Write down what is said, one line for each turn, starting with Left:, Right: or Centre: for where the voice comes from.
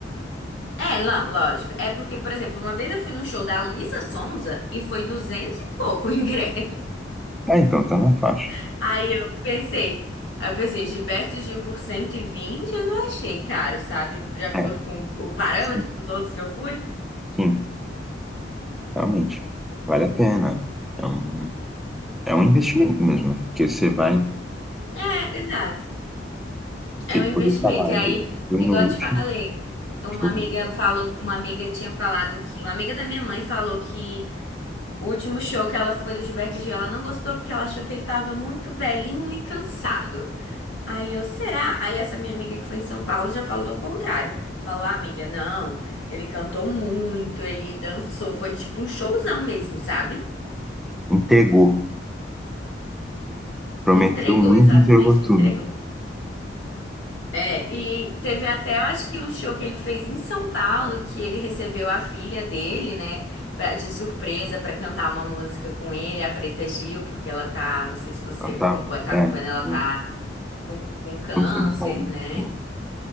Left: É, não, lógico. É porque, por exemplo, uma vez eu fui num show da Luísa Sonza e foi 200 e pouco o ingresso.
Centre: Ah, então tá na faixa.
Left: <laughs> Aí eu pensei, aí eu pensei, Gilberto Gil por 120 eu não achei caro, sabe? De acordo
Centre: É,
Left: com o parâmetro
Centre: sim,
Left: dos outros que eu fui.
Centre: sim, realmente. Vale a pena. É um, é um investimento mesmo, né? Porque você vai
Left: É, exato. É
Centre: ter,
Left: um investimento.
Centre: poder falar, olha,
Left: E aí,
Centre: fui
Left: é
Centre: no
Left: igual eu te
Centre: último
Left: falei, uma
Centre: show
Left: amiga
Centre: de bola.
Left: falou, uma amiga tinha falado que, uma amiga da minha mãe falou que o último show que ela foi do Gilberto Gil, ela não gostou porque ela achou que ele tava muito velhinho e cansado. Aí eu, será? Aí essa minha amiga que foi em São Paulo já falou o contrário. Falou, ah, amiga, não, ele cantou muito, ele dançou, foi tipo um showzão mesmo, sabe?
Centre: Entregou. Prometeu
Left: Entregou,
Centre: muito,
Left: exatamente,
Centre: entregou tudo.
Left: entregou. É, e teve até, eu acho que um show que ele fez em São Paulo, que ele recebeu a filha dele, né, pra, de surpresa pra cantar uma música com ele, a Preta Gil, porque ela tá, não sei se você
Centre: Ah, tá.
Left: acompanha, tá acompanhando,
Centre: É,
Left: ela
Centre: mas
Left: tá com câncer,
Centre: condição de saúde
Left: né?
Centre: sim,